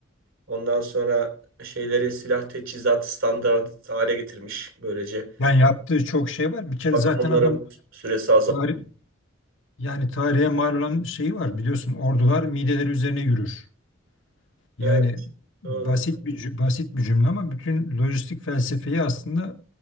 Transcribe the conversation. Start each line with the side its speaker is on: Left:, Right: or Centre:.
Right: Ondan sonra şeyleri silah teçhizat standart hale getirmiş. Böylece
Left: Yani yaptığı çok şey var. Bir kere
Right: bakım
Left: zaten
Right: onarım
Left: adam
Right: süresi
Left: tarih, Yani tarihe mal olan şeyi var biliyorsun ordular mideleri üzerine yürür.
Right: Evet,
Left: Yani basit
Right: doğru.
Left: bir cü- basit bir cümle ama bütün lojistik felsefeyi aslında